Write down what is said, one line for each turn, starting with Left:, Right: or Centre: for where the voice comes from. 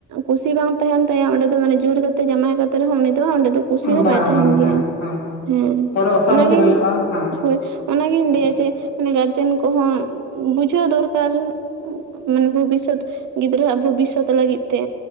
Right: ᱠᱩᱥᱤ ᱵᱟᱝ ᱛᱟᱦᱮᱱ ᱛᱟᱭᱟ ᱚᱸᱰᱮ ᱫᱚ ᱫᱚ ᱢᱟᱱᱮ ᱡᱩᱨ ᱠᱟᱛᱮ ᱡᱟᱢᱟᱭ ᱠᱟᱛᱮ ᱨᱮᱦᱚᱸ ᱩᱱᱤ ᱫᱚ ᱚᱸᱰᱮ ᱫᱚ ᱠᱩᱥᱤ
Left: ᱦᱩᱸ
Right: ᱫᱚ
Left: ᱵᱟᱝ
Right: ᱵᱟᱭ ᱛᱟᱦᱮᱱ
Left: ᱢᱟᱱᱮ
Right: ᱜᱮᱭᱟ
Left: ᱦᱮᱸ ᱦᱮᱸ
Right: ᱦᱮᱸ
Left: ᱯᱚᱨᱮ ᱚᱥᱟᱱᱛᱤ
Right: ᱚᱱᱟᱜᱮᱧ
Left: ᱦᱩᱭᱩᱜᱼᱟ ᱦᱮᱸ
Right: ᱦᱳᱭ ᱚᱱᱟᱜᱤᱧ
Left: ᱦᱮᱸ
Right: ᱞᱟᱹᱭᱟ ᱡᱮ ᱢᱟᱱᱮ ᱜᱟᱨᱡᱮᱱ ᱠᱚᱦᱚᱸ ᱵᱩᱡᱷᱟᱹᱣ ᱫᱚᱨᱠᱟᱨ ᱢᱟᱱᱮ ᱵᱷᱚᱵᱤᱥᱚᱛ ᱜᱤᱫᱽᱨᱟᱹᱦᱟᱜ ᱵᱷᱚᱵᱤᱥᱚᱛ ᱞᱟᱹᱜᱤᱫ ᱛᱮ